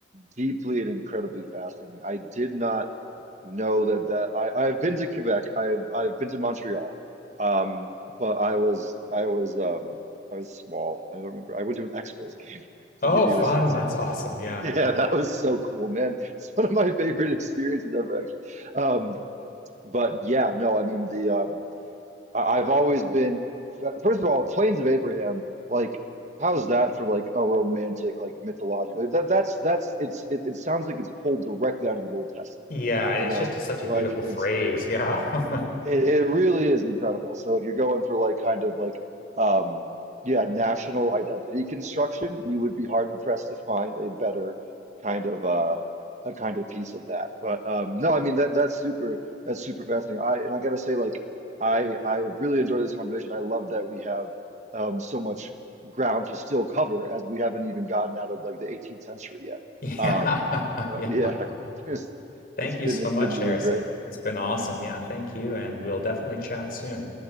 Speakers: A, on the right; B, on the left.
A: deeply and incredibly fascinating. I did not know that that I I've been to Quebec. I've I've been to Montreal. Um, but I was I was um I was small. I don't remember. I went to an Expos game <laughs> to
B: Oh,
A: give you
B: fun.
A: a sense
B: That's
A: of. <laughs>
B: awesome. Yeah.
A: Yeah, that was so cool, man. It's one of my favorite experiences ever, actually. Um, but yeah, no, I mean the um, I- I've always been, first of all, Plains of Abraham, like, how's that for like a romantic, like mythological? Like, That that's that's it's it, it sounds like it's pulled directly out of the Old Testament,
B: Yeah. It's
A: you know?
B: just a, such a
A: Like
B: beautiful phrase.
A: it's
B: Yeah. <laughs>
A: it, it really is incredible. So if you're going for like kind of like um yeah, national identity construction, you would be hard pressed to find a better kind of uh a kind of piece of that. But um no, I mean that that's super that's super fascinating. I and I gotta say like I I really enjoy this conversation. I love that we have um so much ground to still cover as we haven't even gotten out of like the 18th century yet.
B: Yeah.
A: Um but
B: <laughs> Yeah.
A: yeah, <laughs> I think there's
B: Thank
A: it's been
B: you so
A: it's
B: much,
A: been really
B: Harrison.
A: great.
B: It's been awesome. Yeah. Thank you. And we'll definitely chat soon.